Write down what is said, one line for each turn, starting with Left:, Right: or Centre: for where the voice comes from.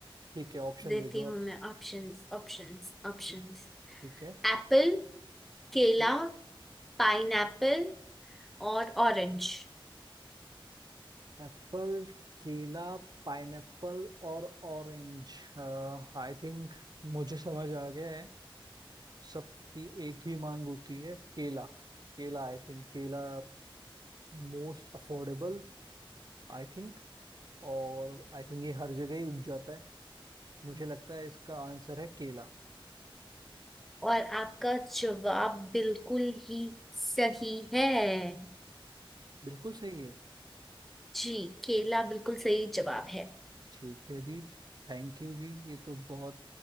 Right: ठीक है ऑप्शन
Centre: देती
Right: दे दो
Centre: हूँ
Right: आप
Centre: मैं ऑप्शंस ऑप्शंस ऑप्शंस
Right: ठीक ठीक है
Centre: एप्पल केला
Right: ठीक
Centre: पाइनएप्पल और ऑरेंज
Right: एप्पल केला पाइनएप्पल और ऑरेंज आई थिंक मुझे समझ आ गया है सबकी एक ही मांग होती है केला केला आई थिंक केला मोस्ट अफोर्डेबल आई थिंक और आई थिंक ये हर जगह ही उग जाता है मुझे लगता है इसका आंसर है केला
Centre: और आपका जवाब बिल्कुल ही सही है
Right: बिल्कुल सही है
Centre: जी केला बिल्कुल सही जवाब है
Right: ठीक है जी थैंक यू जी ये तो बहुत